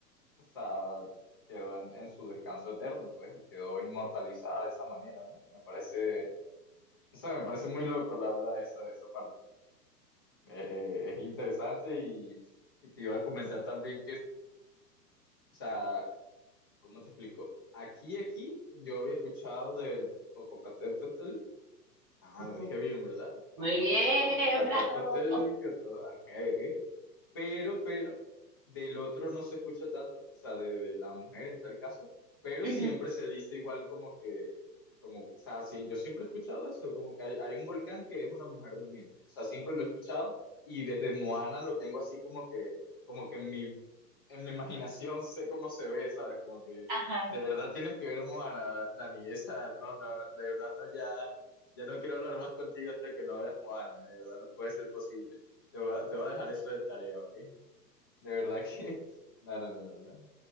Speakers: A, on the left; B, on the right.
A: o sea, quedó en, en su descanso eterno, pues, y quedó inmortalizada de esa manera, ¿no? Me parece, o sea, me parece muy loco, la verdad, esa, esa parte. Eh, eh, es interesante y, y te iba a comentar también que, o sea, ¿cómo te explico? Aquí, aquí, yo había escuchado del Popocatépetl, ah,
B: Ujú.
A: lo dije bien, ¿verdad?
B: Muy
A: ¿O no?
B: bien,
A: Popocatépetl,
B: bravo.
A: que- ok, ok. pero, pero, del otro no se escucha tanto, o sea, de, de la mujer en tal caso, pero
B: Ujú,
A: siempre se dice igual como que, como, o sea, sí, yo siempre he escuchado eso, como que hay, hay un volcán que es una mujer durmiente, o sea, siempre lo he escuchado y desde Moana lo tengo así como que, como que en mi, en mi imaginación sé cómo se ve, ¿sabes? Como que
B: Ajá.
A: de verdad tienes que ver Moana, Dani, esa, no, no, de verdad no, ya, ya no quiero hablar más contigo hasta que no veas Moana, de verdad no puede ser posible. Te voy a, te voy a dejar eso de tarea, ¿ok? De verdad que... <laughs> No, no, no, no, no.